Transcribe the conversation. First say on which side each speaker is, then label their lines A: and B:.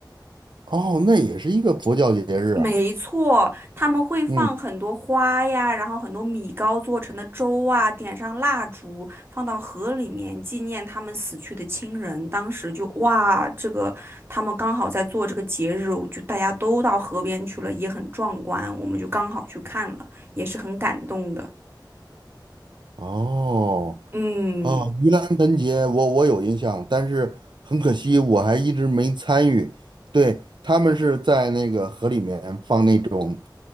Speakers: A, on the right (about 75°); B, on the right (about 30°).
A: 哦，那也是一个佛教节日啊。
B: 没错，他们会放很多花呀，
A: 嗯，
B: 然后很多米糕做成的粥啊，点上蜡烛，放到河里面纪念他们死去的亲人。当时就哇，这个他们刚好在做这个节日，就大家都到河边去了，也很壮观，我们就刚好去看了，也是很感动的。
A: 哦。
B: 嗯，
A: 啊，盂兰盆节我我有印象，但是很可惜我还一直没参与。对，他们是在那个河里面放那种